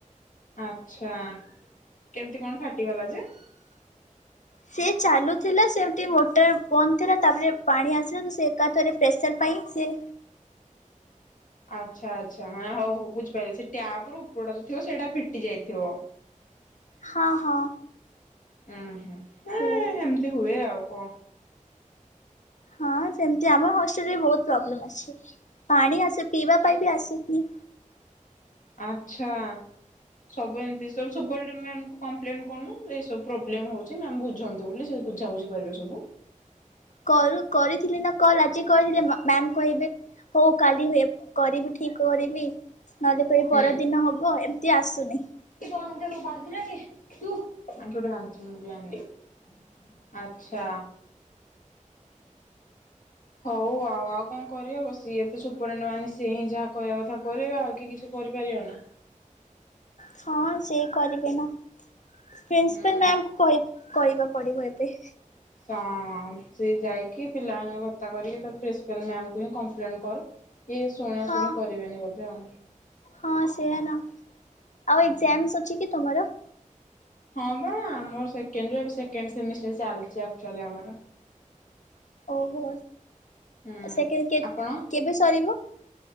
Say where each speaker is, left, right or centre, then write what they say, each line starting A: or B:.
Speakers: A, on the left (about 75°); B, on the left (about 65°).
A: ଆଛା କେମିତି କଣ ଫାଟିଗଲା ଯେ?
B: ସେ ଚାଲୁଥିଲା ସେମତି ମୋଟର ବନ୍ଦ ଥିଲା ତାପରେ ପାଣି ଆସିଲା ତ ସେ ଏକାତରେ ପ୍ରେସର ପାଇଁ ସେ
A: ଆଚ୍ଛା ଆଚ୍ଛା ମାନେ ହଉ ହଉ ବୁଝିପାରିଲେ ସେ ଟ୍ୟାପ ର ଉପରଟା ଯଉ ଥିବ ସେଇଟା ଫିଟି ଯାଇଥିବ
B: ହଁ ହଁ।
A: ଉୁଁ ହୁଁଁ
B: ସେ
A: ସେମିତି ହୁଏ ଆଉ କଣ?
B: ହଁ ସେମିତି ଆମର ହଷ୍ଟେଲରେ ବହୁତ ପ୍ରୋବ୍ଲେମ୍ ଅଛି ପାଣି ଆସ ପିଇବା ପାଇଁ ବି ଆସୁନି।
A: ଆଚ୍ଛା। ସବୁ ଏମତି ସବୁ ସବୁଟେ ମ୍ୟାମ୍ କୁ କମ୍ପ୍ଲେନ୍ କରୁନୁ ଏସବୁ ପ୍ରୋବ୍ଲେମ୍ ହଉଛି ମ୍ୟାମ୍ ବୁଝନ୍ତୁ ବୋଲି ସେ ବୁଝାବୁଝି କରିବେ ସବୁ।
B: କରୁ କରିଥିଲି ନା କଲ ଆଜି କରିଥିଲେ ମ୍ୟାମ କହିବେ ହଉ କାଲି ହୁଏ କରିବି ଠିକ କରିବି। ନହେଲେ କହ ପରଦିନ
A: ହୁଁ।
B: ହବ ଏମତି ଆସୁନି
A: <unintelligible> ଆଚ୍ଛା। ହଉ ଆଉ ଆଉ କଣ କରିହବ ସିଏ ତ ସୁପରିଟେଣ୍ଡ ମାନେ ସିଏ ହିଁ ଯାହା କହିବା କଥା କରିବେ ଆଉ କିଏ କିଛି କରିପାରିବ ନା?
B: ହଁ ସେ କରିବେ ନା ପ୍ରିନ୍ସିପାଲ
A: ହୁଁ।
B: ମ୍ୟାମ କୁ କହି କରିବା ପଡିବ ଏବେ
A: ଅ ସେ ଯାଇକି ପିଲାମାନଙ୍କୁ କତ୍ତା କରିକି ତା ପ୍ରିନ୍ସିପାଲ୍ ମ୍ୟାମଙ୍କୁ ହିଁ କମ୍ପ୍ଲେନ୍ କର ଇଏ ଶୁଣା
B: ହଁ
A: ଶୁଣି କରିବେନି ବୋଧେ ଆ
B: ହଁ ସେଏ ନା ଆଉ
A: ହୁଁ
B: ଏକଜାମସ ଅଛି କି ତମର?
A: ହଁ ବା ଆମର ସେକେଣ୍ଡଇୟର ସେମିଷ୍ଟର ଚାଲିଛି ଆମର
B: ଓହୋ
A: ହୁଁ
B: ସେ କେ କେବେ
A: ଆପଣ?
B: ସରିବ?